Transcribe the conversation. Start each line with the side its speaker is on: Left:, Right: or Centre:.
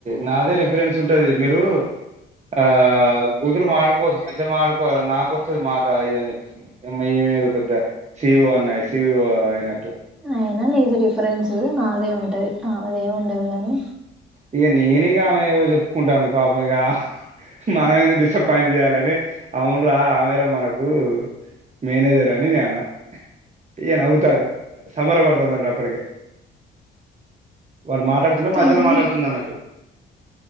Right: నాదే రిఫరెన్స్ ఉంటది మీరు, ఆ కూదురు మాడాడుకోవద్దు సంజ్య మారుకోలి నాకొస్సది మాట ఇదని చెప్తుంది, ఎమ్మెల్యే ఇవొదొ పెద్ద సిఓ అన్నయ్ సివిఓ అయినట్టు
Centre: అయినా నీది రిఫరెన్స్ నాదే ఉంటది ఆమెది ఏం ఉండదు గానీ
Right: ఇక నేనేగ ఆమె ఏవో చెప్పుకుంటాంది పాపం ఇక, మనంవేమి డిస్సప్పాయింట్ చేయాలని అవున్రా ఆమెరా మనకు మేనేజర్ అని నే అన్న తియ్యనవ్వుతాది, సమర పడతంది అన్ అప్పటికి వాడు మాట్లడుతున్న మధ్యలో
Centre: పడని
Right: మాట్లాడు ట్